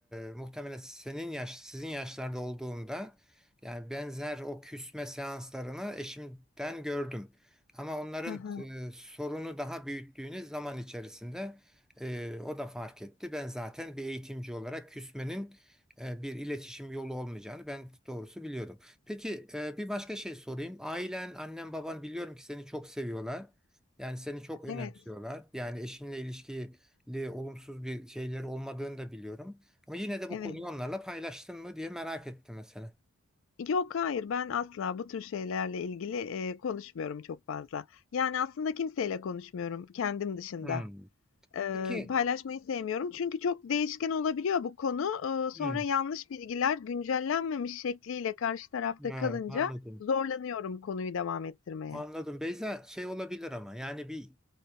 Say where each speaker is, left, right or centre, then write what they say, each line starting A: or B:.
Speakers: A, in the centre; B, on the left (about 65°).
A: e, muhtemelen senin yaş, sizin yaşlarda olduğumda yani benzer o küsme seanslarını eşimden gördüm. Ama onların
B: Hı hı.
A: e, sorunu daha büyüttüğünüz zaman içerisinde e, o da fark etti. Ben zaten bir eğitimci olarak küsmenin e, bir iletişim yolu olmayacağını ben doğrusu biliyordum. Peki e, bir başka şey sorayım. Ailen, annen, baban biliyorum ki seni çok seviyorlar. Yani seni çok önemsiyorlar.
B: Evet,
A: Yani eşinle ilişkiyi li- olumsuz bir şeyleri olmadığını da biliyorum. Ama yine de bu
B: evet.
A: konuyu onlarla paylaştın mı diye merak ettim mesela.
B: Yok, hayır. Ben asla bu tür şeylerle ilgili, eee, konuşmuyorum çok fazla. Yani aslında kimseyle konuşmuyorum kendim dışında.
A: Hmm.
B: Eee,
A: Peki,
B: paylaşmayı sevmiyorum. Çünkü çok değişken olabiliyor bu konu. Eee, sonra
A: Hmm.
B: yanlış bilgiler güncellenmemiş şekliyle karşı tarafta
A: ha,
B: kalınca
A: anladım.
B: zorlanıyorum konuyu devam ettirmeye.
A: Anladım. Beyza şey olabilir ama yani bir